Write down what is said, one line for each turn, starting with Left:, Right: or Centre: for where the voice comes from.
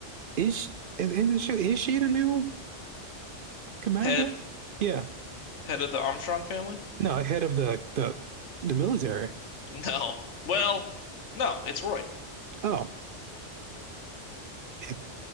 Right: is at in the show. Is she the new commander?
Left: head
Right: Yeah.
Left: head of the Armstrong family?
Right: No, head of the the the military.
Left: No. Well, no, it's Roy.
Right: Oh, yeah.